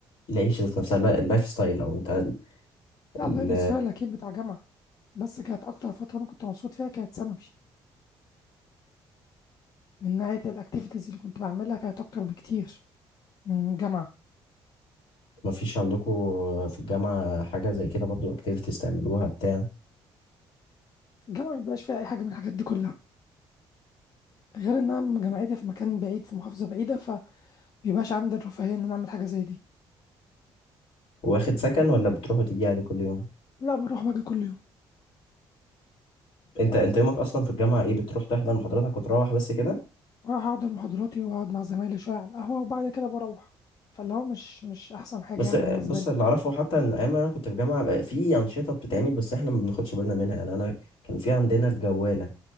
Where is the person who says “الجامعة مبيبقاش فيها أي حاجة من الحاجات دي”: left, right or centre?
Left